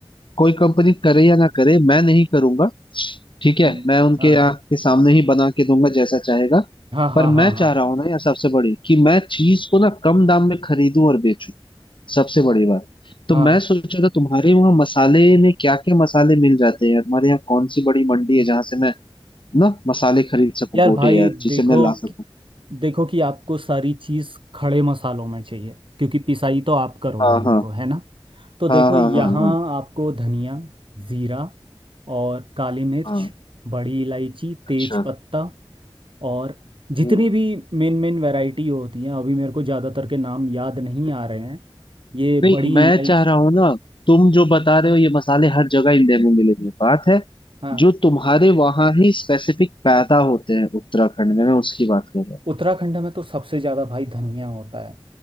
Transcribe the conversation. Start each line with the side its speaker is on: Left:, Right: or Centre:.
Left: कोई कंपनी करे या ना करे मैं नहीं करूंगा ठीक है
Right: हम्म,
Left: मैं उनके
Right: हाँ
Left: आंख के सामने ही बना के दूंगा जैसा चाहेगा
Right: हाँ
Left: पर
Right: हाँ हाँ
Left: मैं
Right: हाँ
Left: चाह रहा हूं ना यार सबसे बड़ी कि मैं चीज को ना कम दाम में खरीदूं और बेचूं सबसे बड़ी बात तो
Right: हाँ
Left: मैं सोच रहा था तुम्हारे वहां मसाले में क्या क्या मसाले मिल जाते हैं यार हमारे यहाँ कौन सी बड़ी मंडी है जहां से मैं ना मसाले खरीद सकूं
Right: यार
Left: गोटे
Right: भाई
Left: यार जिसे
Right: देखो
Left: मैं ला
Right: कि-
Left: सकूं
Right: देखो कि आपको सारी चीज़ खड़े मसालों में चाहिए क्योंकि पिसाई तो आप करोगे
Left: हाँ
Right: उनको
Left: हाँ
Right: है ना तो देखो
Left: हाँ हाँ
Right: यहाँ
Left: हाँ हाँ
Right: आपको धनिया जीरा और काली मिर्च
Left: हाँ
Right: बड़ी इलायची
Left: अच्छा
Right: तेज पत्ता और जितनी
Left: हम्म
Right: भी मेन मेन वैरायटी होती हैं अभी मेरे को ज़्यादातर के नाम याद नहीं आ रहे हैं ये
Left: नहीं
Right: बड़ी
Left: मैं
Right: इलायची
Left: चाह रहा हूँ ना तुम जो बता रहे हो ये मसाले हर जगह इंडिया में मिलेंगे बात है
Right: हाँ
Left: जो तुम्हारे वहां ही स्पेसिफिक पैदा होते हैं उत्तराखंड में मैं उसकी बात कर रहा हूँ
Right: उत्तराखंड में तो सबसे ज्यादा भाई धनिया होता है